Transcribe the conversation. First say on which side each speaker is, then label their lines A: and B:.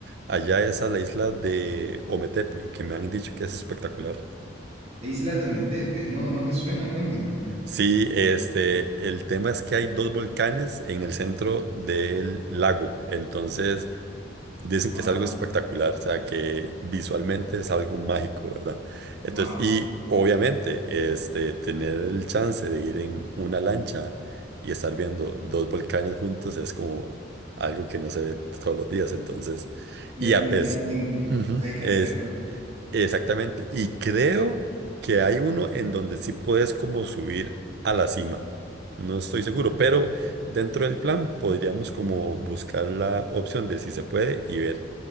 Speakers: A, on the right (about 55°); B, on the right (about 35°).
A: Allá es a la isla de Ometepe, que me han dicho que es espectacular.
B: La isla de Ometepe, no, no me suena, cuéntame.
A: Sí, este, el tema es que hay dos volcanes en el centro del lago, entonces Dicen
B: Wow,
A: que es algo espectacular, o sea, que visualmente es algo mágico, ¿verdad? Entonces,
B: wow,
A: y obviamente, este, tener el chance de ir en una lancha y estar viendo dos volcanes juntos es como algo que no se ve todos los días, entonces,
B: definitivamente
A: y a pesar,
B: hay que
A: es
B: hacerlo.
A: exactamente, y creo que hay uno en donde sí puedes como subir a la cima. No estoy
B: Ajá.
A: seguro, pero dentro del plan podríamos como buscar la opción de si se puede y ver